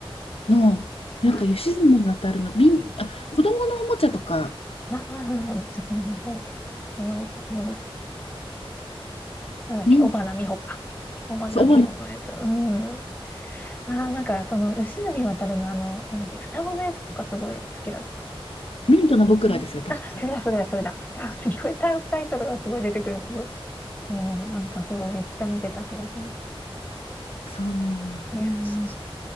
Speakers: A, on the left; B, on the left.
A: の、なんか吉住渡るの、
B: 前、
A: ミン、あ、子供のおもちゃとか、
B: な、な、な、な、そうです。友達友達なんだっけ、
A: ミン、
B: 尾花美穂か。尾花美穂のやつ。
A: そう、主な、
B: うん。ああ、なんか、その、吉住渉のあの、なんだっけ、双子のやつとかすごい好きだっ
A: ミントの僕らですよ、
B: ねあ、
A: 多分それ。
B: それだ、それだ、それだ。あすごいタイタイトルがすごい出てくる。すごい。もう、なんかそう、めっちゃ見てた気がする。
A: そう、
B: いやー、